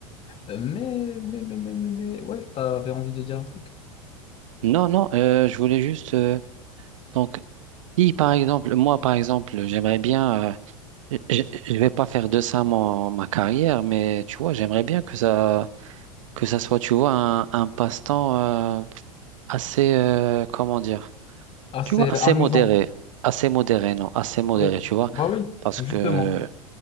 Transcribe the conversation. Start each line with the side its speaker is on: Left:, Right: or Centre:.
Left: Euh, Mais, mais, mais, mais, mais, mais- ouais, t'avais envie de dire un truc.
Right: Non, non. euh, je voulais juste. euh, donc, si par exemple, moi par exemple, j'aimerais bien. euh, je, je vais pas faire de ça mon, ma carrière, mais tu vois, j'aimerais bien que ça, que ça soit, tu vois, un, un passe-temps euh, assez, euh, comment dire.
Left: assez
Right: Tu vois, assez
Left: amusant.
Right: modéré, assez modéré, non, assez modéré,
Left: Ouais.
Right: tu vois,
Left: Bah oui,
Right: parce
Left: justement.
Right: que